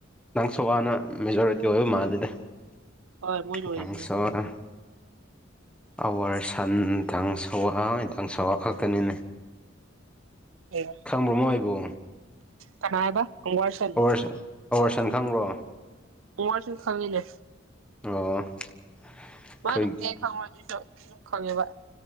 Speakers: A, in the centre; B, on the right (about 80°).
A: ꯅꯪꯁꯣꯋꯥꯅ ꯃꯦꯖꯣꯔꯤꯇꯤ ꯑꯣꯏꯕ ꯃꯥꯜꯂꯤꯗ
B: ꯍꯣꯏ ꯃꯣꯏꯅ ꯑꯣꯏꯕꯅꯦ
A: ꯗꯥꯡꯁꯋꯥ ꯑꯋꯥꯔ ꯁꯟꯊꯡ ꯁꯋꯥ ꯏꯟꯊꯡ ꯁꯋꯥ ꯈꯛꯇꯅꯤꯅꯦ
B: <unintelligible>
A: ꯈꯪꯕ꯭ꯔꯣ ꯃꯣꯏꯕꯨ
B: ꯀꯅꯥꯕ ꯋꯥꯔꯁꯟ
A: ꯑꯣꯋꯥꯔꯁꯥ ꯑꯣꯋꯥꯔꯁꯟ ꯈꯪꯪꯕ꯭ꯔꯣ
B: ꯑꯣꯋꯥꯔꯁꯟ ꯈꯪꯉꯤꯅꯦ
A: ꯑꯣ ꯑꯩꯈꯣꯏ
B: ꯃꯥꯅꯕꯨꯗꯤ ꯑꯩ ꯈꯪꯉꯣꯏ ꯑꯗꯣꯏꯁꯨ ꯑꯗꯨꯝ ꯈꯪꯉꯦꯕ